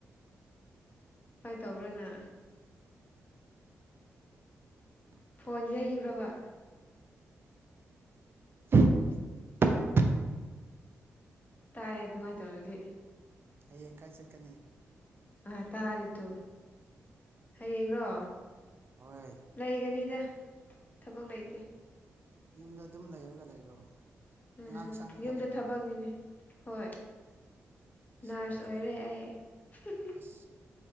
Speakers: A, on the left; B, on the right.
A: ꯀꯥꯏ ꯇꯧꯕ꯭ꯔꯥꯅ
B: ꯉꯁꯥꯏ ꯉꯁꯥꯏ ꯄꯥꯏꯕꯒ ꯆꯞ
A: ꯐꯣꯟ ꯌꯩꯕ꯭ꯔꯕ
B: <inaudible> ꯃꯥꯟꯅꯩ
A: ꯇꯥꯏ ꯑꯗꯨꯃꯥꯏ ꯇꯧꯔꯗꯤ
B: ꯍꯌꯦꯡ ꯀꯥꯏ ꯆꯠꯀꯅꯤ
A: ꯑꯥ ꯇꯥꯔꯦꯇꯨ ꯍꯌꯦꯡꯔꯣ
B: ꯍꯣꯏ
A: ꯂꯩꯒꯅꯤꯗ ꯊꯕꯛ ꯂꯩꯇꯦ
B: ꯌꯨꯝꯗ ꯑꯗꯨꯝ ꯂꯩꯔꯒ ꯂꯩꯕ꯭ꯔꯣ
A: ꯎꯝ
B: ꯑꯉꯥꯡ
A: ꯎꯝ
B: ꯁꯪꯉꯒ
A: ꯌꯨꯝꯗ
B: ꯂꯩꯕ꯭ꯔꯣꯕ
A: ꯊꯕꯛꯅꯤꯅꯦ ꯍꯣꯏ
B: ꯑꯁ
A: ꯅꯔꯁ
B: ꯌꯥꯏꯅꯦ
A: ꯑꯣꯏꯔꯦ ꯑꯩ <unintelligible>
B: ꯑꯁ